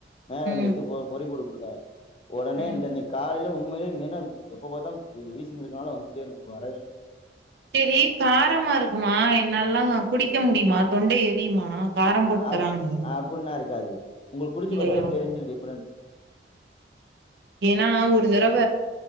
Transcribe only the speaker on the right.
ம்
ம்
செரி காரமா இருக்குமா என்னால்லா குடிக்க முடியுமா தொண்ட எரியுமா காரம்
போட்டு
தராங்களா
இல்லையா
ஏனா ஒரு தடவ